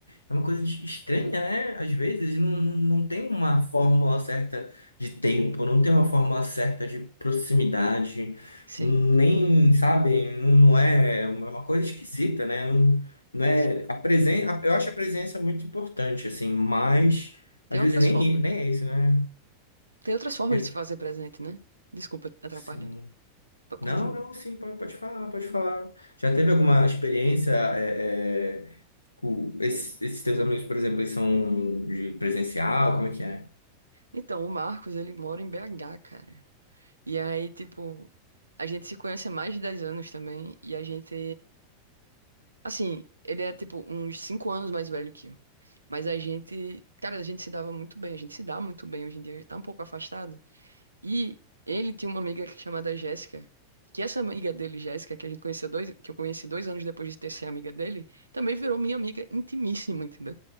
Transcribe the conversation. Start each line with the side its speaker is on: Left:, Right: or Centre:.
Left: é uma coisa estranha, né? Às vezes não, não não tem uma fórmula certa de tempo, não tem uma fórmula certa de proximidade,
Right: Sim.
Left: nem, sabe, não, não é uma uma coisa esquisita, né? Não, não é
Right: Sim.
Left: a presença. eu acho a presença muito importante, assim, mas
Right: Tem
Left: às
Right: outras
Left: vezes nem,
Right: formas,
Left: nem
Right: né?
Left: é isso, né?
Right: Tem outras formas
Left: Já,
Right: de se fazer presente, né? Desculpa atrapalhar.
Left: assim,
Right: P- Continue.
Left: não, não, sim, pode, pode falar, pode falar. Já teve alguma experiência, é, é, com esses, esses teus amigos, por exemplo, eles são de presencial, como é que é?
Right: Então, o Marcos, ele mora em BH, cara. E aí, tipo, a gente se conhece há mais de 10 anos também. E a gente, assim, ele é, tipo, uns 5 anos mais velho que eu. Mas a gente, cara, a gente se dava muito bem. A gente se dá muito bem hoje em dia. Tá um pouco afastado. E ele tinha uma amiga chamada Jéssica, que essa amiga dele, Jéssica, que a gente conheceu dois, que eu conheci dois anos depois de ter sido amiga dele, também virou minha amiga intimíssima, entendeu?